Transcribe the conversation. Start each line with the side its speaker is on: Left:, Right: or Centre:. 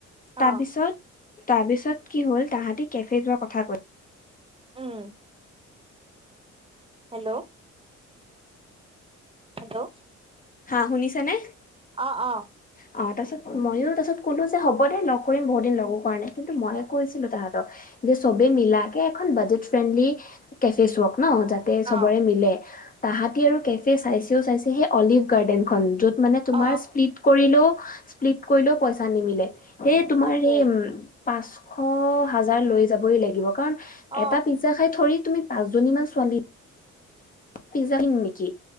Right: অ
Left: তাৰপিছত তাৰপিছত কি হল, তাহাঁতি কেফে যোৱা কথা কই
Right: উম হেল্ল' হেল্ল'
Left: হা শুনিছে নে?
Right: অ অ।
Left: অ তাৰপিছত মইয়ো তাৰপছত কলো যে হ'ব দে লগ কৰিম বহুত দিন লগো কৰা নাই। কিন্তু, মইয়ে কৈছিলো তাহাঁতক। যে চবেই মিলাকে এখন বাজেট ফ্ৰেণ্ডলি কেফে চপ। ন যাতে চবৰে
Right: অ
Left: মিলে। তাহাঁতি আৰু কেফে চাইছেও চাইছে সেই অলিভ গাৰ্ডেনখন। য'ত মানে, তোমাৰ
Right: অ
Left: স্ক্ৰীপ্ট। কৰিলো। স্প্লিট কৰিলেও পইচা নিমিলে। এই তোমাৰ
Right: তাকে
Left: এই। পাঁচশ হাজাৰ লৈ যাবই লাগিব কাৰণ,
Right: অ
Left: এটা পিজ্জা খাই থৰি তুমি, পাঁচজনীমান ছোৱালী। পিজা নিম নেকি?